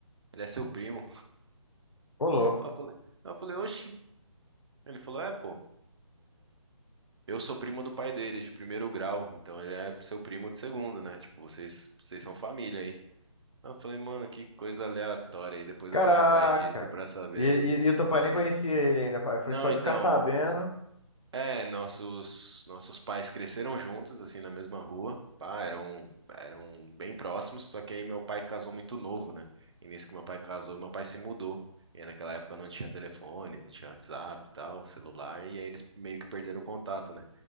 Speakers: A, on the right; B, on the left.
A: ele é seu primo.
B: Ô, louco.
A: Aí Eu falei, aí eu falei, oxi. Ele falou, é, pô, eu sou primo do pai dele, de primeiro grau, então ele é seu primo de segundo, né? Tipo, vocês, vocês são família aí. Aí Eu falei, mano, que coisa aleatória. E depois
B: Caraca!
A: eu fui atrás disso pra saber.
B: E, e, e o teu pai
A: E aí,
B: nem conhecia ele ainda. Foi
A: não,
B: só
A: então.
B: de ficar sabendo.
A: É, nossos nossos pais cresceram juntos, assim, na mesma rua. Pá, eram eram bem próximos, só que aí meu pai casou muito novo, né? E nisso que meu pai casou, meu pai se mudou. E naquela época não tinha telefone, não tinha WhatsApp e tal, celular, e aí eles meio que perderam o contato, né?